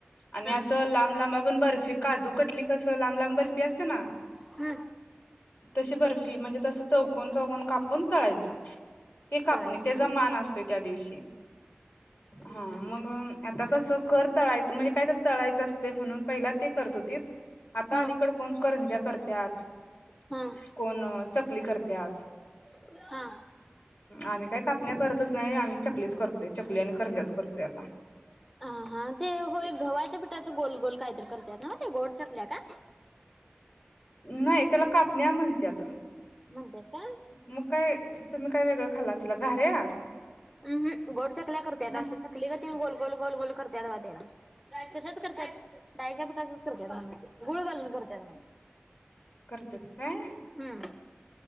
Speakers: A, on the left; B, in the centre.
A: आणि
B: हा
A: असं लांब लांब आपण बर्फी काजू कटली कसं लांब लांब बर्फी असते ना
B: हम्म
A: तशी बर्फी म्हणजे तसं चौकन चौकन कापून तळायचं ते कापणी
B: तळायचं
A: तेज मान असतोय त्या दिवशी
B: हम्म
A: हा मग आता कसं कर तळायचं म्हणजे काय तर तळायचं असते म्हणून पहिला ते करत होतीत आता
B: हा
A: अलीकड कोण करंज्या करत्यात
B: हा
A: कोण चकली करत्यात
B: हा
A: आम्ही काही कापण्या करतच नाही आम्ही चकलीच करतोय चकली आणि करंज्याच करतोय आता
B: हा हां ते हो गव्हाच्या पिठाच गोल गोल काहीतर करतात ना म ते गोड चकल्या का?
A: नाही त्याला कापण्या म्हणतात
B: म्हणत्यात काय
A: मग काय तुम्ही काय वेगळं खाल्लाशिला घाऱ्या
B: हम्म गोड चकल्या करतात
A: हा
B: अशा चकली घठी गोल गोल गोल गोल करत बा त्याला कशाच करत्यात डाळीच्या पिठाचच करत्यात म्हणा ते गुळ घालून करतात म्हणा.
A: करतेस काय.
B: हम्म